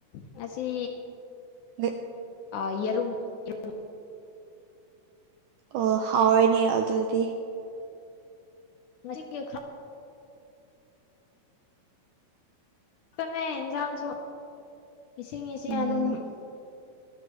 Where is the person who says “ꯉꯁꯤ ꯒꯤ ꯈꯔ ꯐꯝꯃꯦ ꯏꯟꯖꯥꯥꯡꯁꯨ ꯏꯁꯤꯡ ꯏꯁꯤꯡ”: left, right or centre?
Left